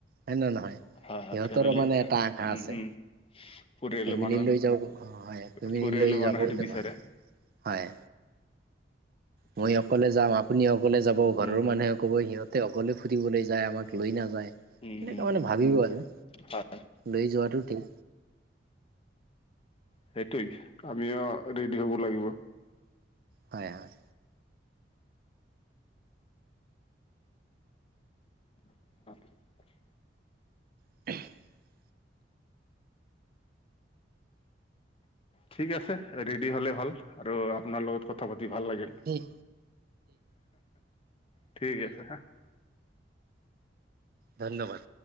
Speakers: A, on the right (about 55°); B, on the left (about 30°).
A: হয় নে নহয়?
B: হয় হয়
A: সিহঁতৰো
B: ফেমিলি
A: মানে এটা আশা
B: উম
A: আছে।
B: উম পৰিয়ালৰ
A: ফেমিলি
B: মানুহ
A: লৈ যাব অ হয় ফেমিলি
B: পৰিয়ালৰ
A: লৈ
B: মানুহ
A: যাবলে
B: সেইটো বিচাৰে
A: ভাল হয়।
B: ত
A: মই
B: সেই
A: অকলে যাম আপুনি অকলে যাব ঘৰৰ
B: উম হম
A: মানুহে ক'ব সিহতে অকলে ফুৰিবলৈ যায় আমাক লৈ নাযায়।
B: উম
A: এনেকা
B: হম
A: মানে
B: হম
A: ভাবিব আৰু
B: হয়
A: লৈ যোৱাটো ঠিক
B: সেইটোৱে আমিও ৰেডি হ'ব লাগিব।
A: হয় হয়।
B: <inaudible>
A: <unintelligible>
B: ঠিক আছে ৰেডি হ'লে হ'ল আৰু আপোনাৰ লগত কথা পাতি ভাল লাগিল।
A: উম
B: ঠিক আছে।
A: ধন্যবাদ।